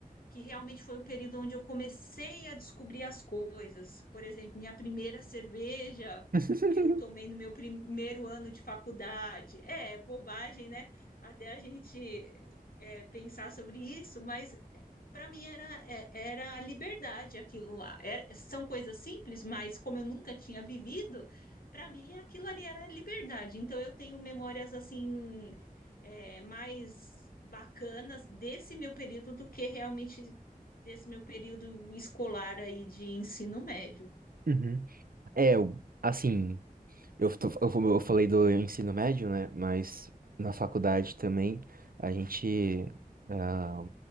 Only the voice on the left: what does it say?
que realmente foi o período onde eu comecei a descobrir as coisas. Por exemplo, minha primeira cerveja
eu tomei no meu primeiro ano de faculdade. É, bobagem, né? Até a gente é, pensar sobre isso, mas para mim era, é- era a liberdade aquilo lá. Era- são coisas simples, mas como eu nunca tinha vivido, para mim aquilo ali era a liberdade. Então eu tenho memórias assim é, mais bacanas desse meu período do que realmente desse meu período escolar aí de ensino médio.